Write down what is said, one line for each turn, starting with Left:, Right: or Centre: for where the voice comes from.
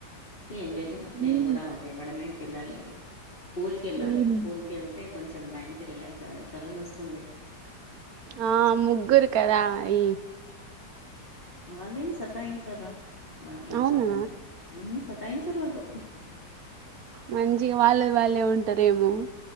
Left: ఈ నేం
Right: ఉమ్
Left: కూడా విమడమే పిల్లలుని స్కూల్వెళ్ళాలి
Right: ఉహు
Left: స్కూల్ కి వెళ్తే కొంచెం మైండ్ కి రిలాక్స్ అవ్వడం తల నొస్తుంది
Right: ఆ ముగ్గురు కదా మ్
Left: వాళ్ళేం సతాయించార వాళ్ళు
Right: అవునా
Left: పాపం ఉహు సతాయించరు వాళ్ళు
Right: మంచిగా వాళ్ళేది వాళ్ళే ఉంటారేమో